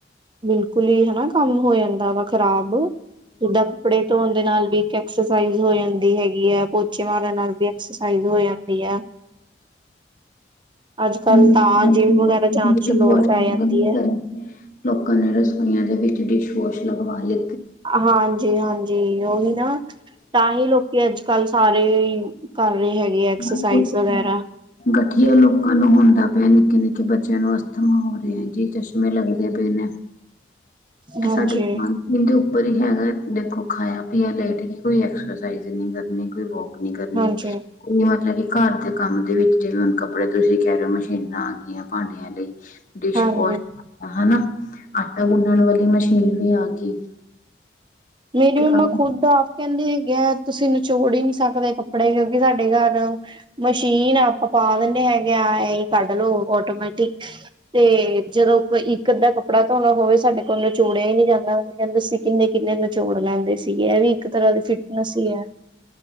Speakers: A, on the right; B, on the left.
A: ਬਿਲਕੁਲ ਈਂ ਹਨਾ ਕੰਮ ਹੋ ਜਾਂਦਾ ਵਾ ਖ਼ਰਾਬ। ਜਿੱਦਾਂ ਕੱਪੜੇ ਧੋਣ ਦੇ ਨਾਲ ਵੀ ਇੱਕ ਐਕਸਸਾਈਜ਼ ਹੋ ਜਾਂਦੀ ਹੈਗੀ ਆ। ਪੋਚੇ ਮਾਰਨ ਨਾਲ ਵੀ ਐਕਸਸਾਈਜ਼ ਹੋ ਜਾਂਦੀ ਆ। ਆੱਜ-ਕਾੱਲ
B: ਤੇ
A: ਤਾਂ ਜਿੰਮ ਵਗੈਰਾ ਜਾਨ ਚ
B: ਬਹੁਤ
A: ਲੋੜ ਪੈ ਜਾਂਦੀ ਐ।
B: ਸਾਰੇ ਲੋਕਾਂ ਨੇ ਰਸੋਈਆਂ ਦੇ ਵਿੱਚ ਡਿਸ਼ ਵੋਸ਼ ਲਗਵਾ ਲੇ।
A: ਹਾਂਜੀ-ਹਾਂਜੀ, ਓਹੀ ਨਾ ਤਾਂ ਹੀ ਲੋਕੀ ਅੱਜ-ਕੱਲ ਸਾਰੇ। ਕਰ ਰਹੇ ਹੈਗੇ ਐਕਸਰਸਾਈਜ਼
B: <inaudible>
A: ਵਗੈਰਾ
B: ਗਠੀਆ ਲੋਕਾਂ ਨੂੰ ਹੁੰਦਾ ਪੇਆ, ਨਿੱਕੇ-ਨਿੱਕੇ ਬੱਚੇਆਂ ਨੂੰ ਅਸਥਮਾ ਹੋ ਰੇਆ ਏ। ਕਈ ਚਸ਼ਮੇ ਲੱਗਦੇ ਪਏ ਨੇ।
A: ਹਾਂਜੀ,
B: ਏ ਸਾਡੇ ਦਿਮਾਗ। ਏਦੇ ਉੱਪਰ ਹੀ ਹੈਗਾ ਦੇਖੋ ਖਾਏਆ ਪਿਆ ਲੇਟ ਗਈ ਕੋਈ ਐਕਸਰਸਾਈਜ ਨਈ ਕਰਨੀ ਕੋਈ ਵੋਕੀਂ ਨੀ ਕਰਨੀ
A: ਹਾਂਜੀ,
B: ਕੋਈ ਮਤਲਬ ਕਿ ਘਾਰ ਦੇ ਕੰਮ ਦੇ ਵਿੱਚ ਜਿਵੇਂ ਹੁਣ ਕੱਪੜੇ ਤੁਸੀਂ ਕੈਰੇ ਓ ਮਸ਼ੀਨਾਂ ਆ ਗੀਆਂ ਭਾਂਡੇਆਂ। ਲਈ ਡਿਸ਼ਵੋਸ਼
A: ਹਾਂਜੀ।
B: ਹਨਾ ਆਟਾ ਗੁਨਣ ਵਾਲੀ ਮਸ਼ੀਨ ਵੀ ਆ ਗਈ।
A: ਮੇਰੀ
B: ਤੇ
A: ਮੰਮਾ
B: ਕੰਮ
A: ਖੁਦ ਆਪ ਕੈਂ ਦੇ ਹੈਗੇ ਆ। ਤੁਸੀਂ ਨਿਚੋੜ ਈ ਨੀ ਸਕਦੇ ਕੱਪੜੇ ਕੇਓਕਿ ਸਾਡੇ ਘਾਰ ਮਸ਼ੀਨਾ ਆਪਾਂ ਪਾ ਲੈਨੇ ਹੈਗੇ ਆਂ, ਏ ਕੱਡ ਲੋ ਔਟੋਮੈਟਿਕ। ਤੇ, ਜਦੋਂ ਕੋਈ ਇੱਕ ਅੱਦਾ ਕੱਪੜਾ ਧੋਨਾ ਹੋਵੇ ਸਾਡੇ ਕੋਲ ਨਚੋੜੇਆ ਈ ਨੀ ਜਾਂਦਾ ਮੰਮੀ ਕੈਂਦੇ ਅਸੀਂ ਕਿੰਨੇ-ਕਿੰਨ ਜੋਰ ਲੌਂਦੇ ਸੀਗੇ ਏ ਵੀ ਇੱਕ ਤਰ੍ਹਾਂ ਦੀ ਫਿਟਨੇਸ ਈ ਐ।